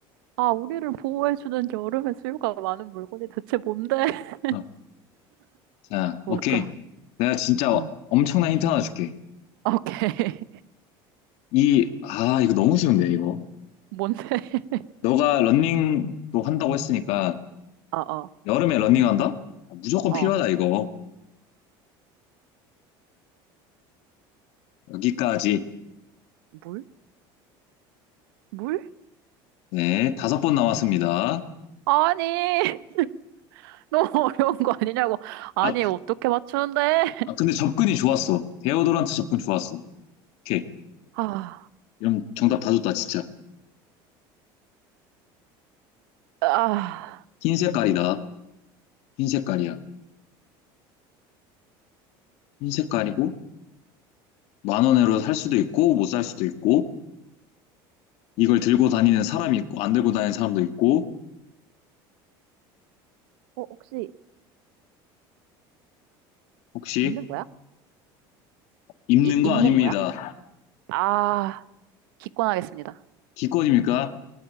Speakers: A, on the right (about 85°); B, on the left (about 70°).
A: 아, 우리를 보호해주는 여름에 수요가 많은 물건이 대체 뭔데? <laughs>
B: 어, 자,
A: 뭘까?
B: 오케이. 내가 진짜
A: 어.
B: 엄청난 힌트 하나 줄게.
A: 아, 오케이. <laughs>
B: 이, 아, 이거 너무 쉬운데, 이거.
A: 뭔데? <laughs>
B: 너가 런닝도 한다고 했으니까,
A: 어, 어.
B: 여름에 런닝한다? 아, 무조건
A: 어,
B: 필요하다, 이거. 여기까지.
A: 물? 물?
B: 네, 다섯 번 남았습니다.
A: 아니, <laughs> 너무 어려운 거 아니냐고. 아니,
B: 아,
A: 어떻게 맞추는데? <laughs>
B: 아, 근데 접근이 좋았어. 데오도란트 접근 좋았어. 오케이.
A: 아,
B: 이런 정답 다 줬다, 진짜.
A: 아,
B: 흰 색깔이다. 흰 색깔이야. 흰 색깔이고, 만 원으로 살 수도 있고, 못 살 수도 있고, 이걸 들고 다니는 사람이 있고, 안 들고 다니는 사람도 있고,
A: 어, 혹시
B: 혹시
A: 입는 거야?
B: 입는
A: 이,
B: 거
A: 입는
B: 아닙니다.
A: 거야? 아, 기권하겠습니다.
B: 기권입니까?